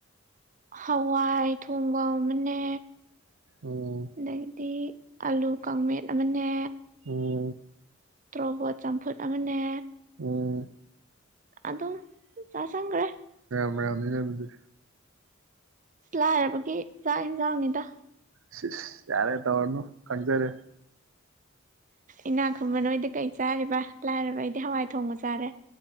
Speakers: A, on the right (about 40°); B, on the right (about 85°).
A: ꯍꯋꯥꯏ ꯊꯣꯡꯕ ꯃꯅꯦ
B: ꯎꯝ
A: ꯑꯗꯒꯤꯗꯤ ꯑꯥꯂꯨ ꯀꯥꯡꯃꯦꯠ ꯑꯃꯅꯦ
B: ꯎꯝ
A: ꯇ꯭ꯔꯣꯕꯣꯠ ꯆꯝꯐꯨꯠ ꯑꯃꯅꯦ
B: ꯎꯝ
A: ꯑꯗꯨꯝ ꯆꯥꯁꯟꯒ꯭ꯔꯦ
B: ꯃꯌꯥꯝꯅꯤꯅꯦ ꯑꯗꯨꯗꯤ
A: ꯂꯥꯏꯔꯕꯒꯤ ꯆꯥꯛ ꯌꯦꯟꯁꯥꯡꯅꯤꯗ
B: ꯁꯤꯁ ꯌꯥꯔꯦ ꯇꯧꯔꯅꯨ ꯈꯟꯖꯔꯦ
A: ꯏꯅꯥꯛ ꯈꯨꯨꯝꯕ ꯅꯣꯏꯗꯤ ꯀꯩ ꯆꯥꯔꯤꯕ ꯂꯥꯏꯔꯕ ꯑꯩꯗꯤ ꯍꯋꯥꯏ ꯊꯣꯡꯉ ꯆꯥꯔꯦ